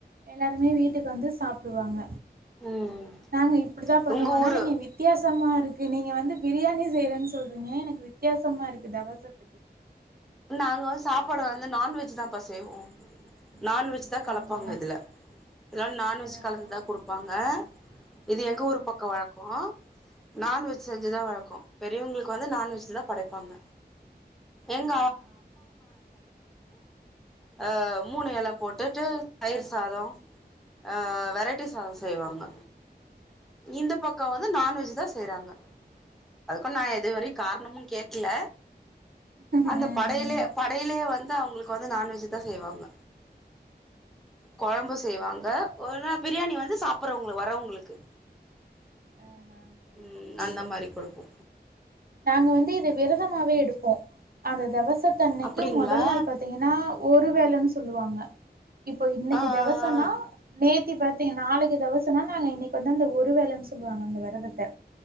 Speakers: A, on the right (about 60°); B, in the centre.
A: எல்லாருமே வீட்டுக்கு வந்து சாப்டுவாங்க
B: ம்
A: நாங்க அப்டிதா பண்ணுவோ
B: உங்க
A: ஆனா
B: ஊரு
A: நீங்க வித்தியாச வித்தியசமா இருக்கு நீங்க வந்து பிரியாணி செய்யறேன்னு சொல்றீங்க எனக்கு வித்தியாசமா இருக்கு தவசத்துக்கு
B: நாங்க வந்து சாப்பாடு வந்து நான்வெஜ் தாப்பா செய்வோம் நான்வெஜ் தா கலப்பாங்க
A: ஆஹா
B: இதுல இதல்லாம் நான்வெஜ்
A: ஆஹா
B: கலந்துதான்
A: உங்
B: கொடுப்பாங்க இது எங்க ஊர்
A: ஆஹா
B: பக்கம் வழக்கம் நான்வெஜ்
A: ம்ஹும்
B: செஞ்சுதான் வழக்கம் பெரியவங்களுக்கு வந்து நான்வெஜ்
A: ம்
B: தா படைப்பாங்க என்
A: ஆஹா
B: அ மூணு
A: ஆ
B: எல போட்டுட்டு தயிர் சாதம் அ வெரைட்டி சாத செய்வாங்க இந்த பக்கம் வந்து நான்வெஜ் தான் செய்றாங்க அதுக்கும் நான் எதுவரை காரணமும் கேக்ல
A: ம்ஹும்
B: அந்த
A: ம்
B: படையிலயே
A: ம்.
B: படையிலேயே வந்து சா அவுங்களுக்கு வந்து நான்வெஜ்தா செய்வாங்க கொழம்பு செய்வாங்க ஒரு நா பிரியாணி வந்து சாப்புறவங்களு வரவுங்களுக்கு
A: ஆ ஆ புரியுது
B: ம்
A: புரியுது
B: அந்த மாரி குடுப்போ
A: நாங்க வந்து தே விரதம் மாவே எடுப்போ அந்த தவச தன்னைக்கும்
B: அப்டிங்களா
A: முதல் நாள் பா்த்தீங்கன்னா ஒருவேலன்னு சொல்லுவாங்க இப்போ இன்னைக்கி
B: ஆ
A: தெவசொனா
B: ஆ ஆ
A: நேத்தி பாத்தீங்க நாளைக்கி தெவசொனா நாங்க இன்னைக்கி வந்து அந்த ஒரு வேல சொல்லுவாங்க அந்த வெரதத்த